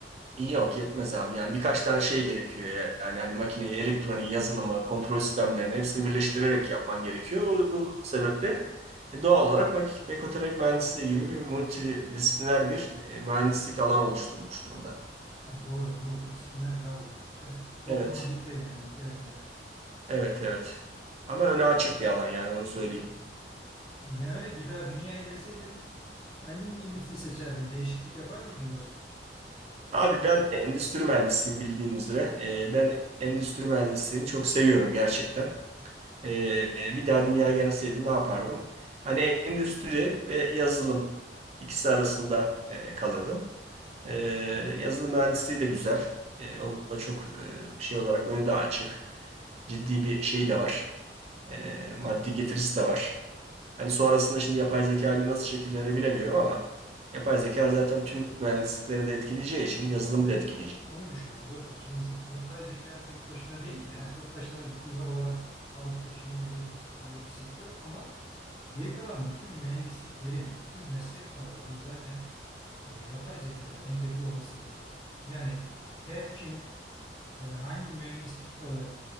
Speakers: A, on the right; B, on the left.
A: Yok yetmez abi. Yani birkaç tane şey gerekiyor ya. yani hani makineyi, elektroniği, yazılımı, kontrol sistemlerini hepsini birleştirerek yapman gerekiyor. Bu, bu sebeple e, doğal olarak mek- mekatronik mühendisliği gibi bir multidisipliner bir e, mühendislik alanı oluşturulmuş durumda.
B: Tamam, doğru, multidisipliner daha uygun. Evet, toplama
A: Evet.
B: bir şey yani ihtiyaca binaen.
A: Evet, evet. Ama öne açık bir alan yani onu söyleyeyim.
B: Yani bir daha dünyaya gelseydin hangi mühendisliği seçerdin? Değişiklik yapar mıydın dostum?
A: Abi ben endüstri mühendisiyim bildiğin üzere. E, ben endüstri mühendisliğini çok seviyorum gerçekten. Ee, bir daha dünya gelseydim ne yapardım? Hani endüstri ve yazılım ikisi arasında e, kalırdım. Ee, yazılım mühendisliği de güzel. Ee, o da çok e, şey olarak önü de açık. Ciddi bir şey de var. Ee, maddi getirisi de var. Hani sonrasında şimdi yapay zeka ile nasıl şekillenir bilemiyorum ama yapay zeka zaten tüm mühendislikleri de etkileyeceği için yazılımı
B: Ben
A: da etkileyecek.
B: de onu düşünüyorum dostum. Şimdi ze- yapay zeka tek başına değil de ha, tek başına da bir kulvar olarak alıp başını yürüyebilir. Ayrı bir sektör ama geri kalan bütün mühendisliklerin, bütün meslek dallarının zaten e, yapay zeka ile entegre olması gerekiyor. Yani her kim E, hangi mühendislik dalı